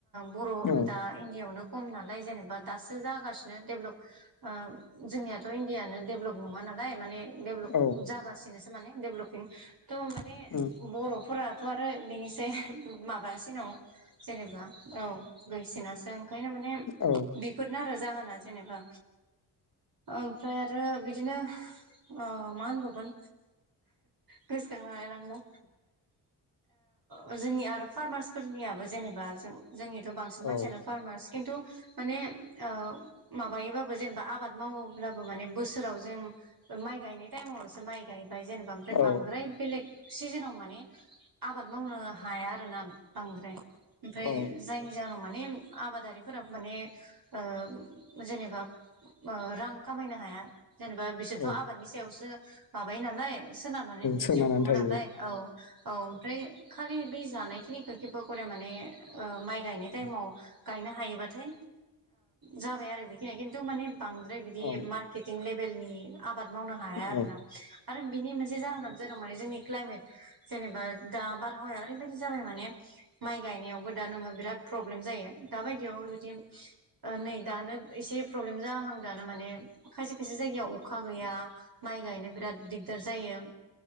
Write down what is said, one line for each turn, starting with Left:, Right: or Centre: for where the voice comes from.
Right: बर'
Left: औ
Right: दा इण्डिआवनो खम नालाय जेनेबा दासो जागासिनो दडेभलप ओ जोंनियाथ' इण्डियानो डेभलप नङा नालाय माने डेभलप
Left: औ
Right: जागासिनोसो माने देपलबपिं त' माने
Left: उम
Right: बर'फोरा थ आरो बिनिसाय उम माबास सिनाव जेनेबा औ बायसिनासो आं ओंखायनो माने
Left: औ
Right: बेफोरनो आरो जाहोना जेनेबा औ ओमफ्राय आरो बिदिनो अ मा होनबावगोन गोसोखां हालाय लांला ओ जोंनि आरो फारमार्सफोरनियाबो जेनेबा जों जोंनिथ' बांसिन मानसियानो
Left: औ
Right: फार्मास खिन्थु माने ओ माबायोबाबो जेनेबा आबाद मावोब्लाबो माने बोसोराव जों ओ माइ गायनाय टाइमावसो माइ गायबाय जेनेबा ओफ्राय
Left: औ
Right: बांद्राय बेलेग सिजोनाव माने आबाद मावनो हाया <unintelligible> बांद्राय ओमफ्राय
Left: औ
Right: जायनि जाहोनाव माने आबादारि बेफोराबो माने ओ जेनेबा रां ओ खामायनो हाया जेनेबा बिसोरथ'
Left: औ
Right: आबादनि सायावसो माबायो नालाय सोनारनानै
Left: सोनारनानै
Right: जिउ खुङो
Left: थायो
Right: नालाय औ औ ओमफ्राय खालि बि जानाय खिनिखौ <unintelligible> माने ओमाइ गायनाय
Left: औ
Right: टाइमाव गायनो हायोबा थै जाबाय आरो बिखिनि खिथु माने बांद्राय बिदि
Left: औ
Right: मारकेटिं <unintelligible> <unintelligible> आबाद मावनो हाया
Left: औ
Right: आरोना आरो बिनि मोनसे जाहोना जादों माने जोंनि क्लाायमेट जेनेबा दा बारहावाया ओरैबायदि <unintelligible> माने माइ गायनायावबो दा नोङो बिराद प्रब्लेम जायो <unintelligible> बिदि नै दानो एसे प्रब्लेम जाहां दानो माने खायसे खायसे जायगायाव अखा गैया माइ गायनो बिराद दिगदार जायो